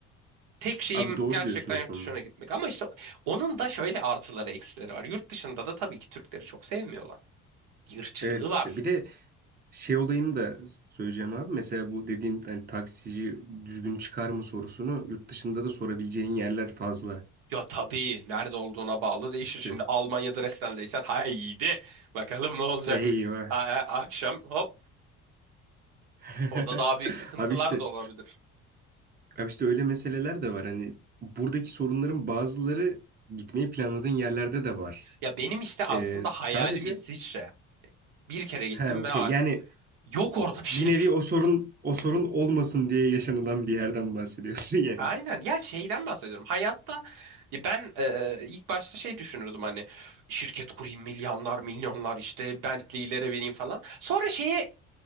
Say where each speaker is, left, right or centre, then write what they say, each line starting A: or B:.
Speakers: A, on the right; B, on the right.
A: Tek şeyim
B: Abi doğru
A: gerçekten
B: diyorsun o
A: yurt
B: konuda.
A: dışına gitmek. Ama işte onun da şöyle artıları eksileri var. Yurt dışında da tabii ki Türkleri çok sevmiyorlar. Bir ırkçılığı
B: Evet işte
A: var.
B: bir de şey olayını da söyleyeceğim abi. Mesela bu dediğim hani taksici düzgün çıkar mı sorusunu yurt dışında da sorabileceğin yerler fazla.
A: Ya tabii nerede olduğuna bağlı değişir.
B: İşte
A: Şimdi Almanya'da Dresden'deysen haydi bakalım ne olacak.
B: eyvah.
A: A- a- akşam hop
B: <laughs>
A: orada daha büyük sıkıntılar
B: Abi işte
A: da olabilir.
B: abi işte öyle meseleler de var. Hani buradaki sorunların bazıları gitmeyi planladığın yerlerde de var.
A: Ya benim işte aslında
B: Ee, sadece
A: hayalim İsviçre. Bir kere gittim
B: he okey
A: ve a-
B: yani
A: yok orada bir
B: bir
A: şey.
B: nevi o sorun o sorun olmasın diye yaşanılan bir yerden bahsediyorsun
A: <laughs>
B: <laughs> yani.
A: Aynen ya şeyden bahsediyorum. Hayatta ya ben e, ilk başta şey düşünürdüm hani şirket kurayım milyonlar milyonlar işte Bentley'lere bineyim falan. Sonra şeye